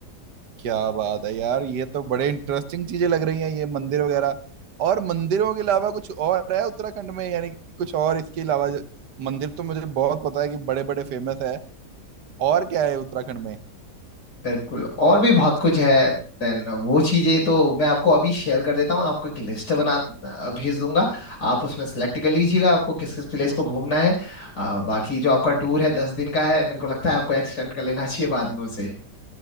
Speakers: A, on the right; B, on the left.
A: क्या बात है यार ये तो बड़े इंटरेस्टिंग चीजें लग रही हैं ये मंदिर वगैरह और मंदिरों के अलावा कुछ और है उत्तराखंड में यानी कि कुछ और इसके अलावा जो- मंदिर तो मुझे बहुत पता है कि बड़े बड़े फेमस है और क्या है उत्तराखंड में
B: बिल्कुल और भी बहुत कुछ है देन वो चीजें तो मैं आपको अभी शेयर कर देता हूँ आपको एक लिस्ट बना अ, भेज दूंगा आप उसमें सेलेक्ट कर लीजिएगा आपको किस किस प्लेस को घूमना है अ, बाकी जो आपका टूर है दस दिन का है मेरे को लगता है आपको एक्सटेंड कर लेना चाहिए बाद में उसे